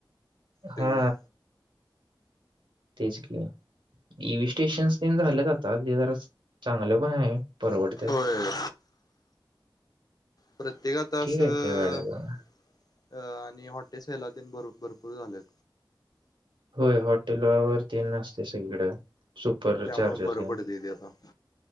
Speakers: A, on the left; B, on the right.
A: सगळं.
B: हा तेच की इव्हीस्टेशन पण झाल्यात आता, ते जरा चांगलं पण आहे. परवडत्यात.
A: होय प्रत्येक आता
B: ठीक
A: असं.
B: आहेत त्या गाड्या जरा
A: अ आणि हॉटेल्स <unintelligible> भरपूर झालेत.
B: होय हॉटेलावर. <unintelligible> न असते सगळीकडें. सुपर
A: त्यामुळे
B: चार्जेसिंग.
A: बरं पडतय ते आता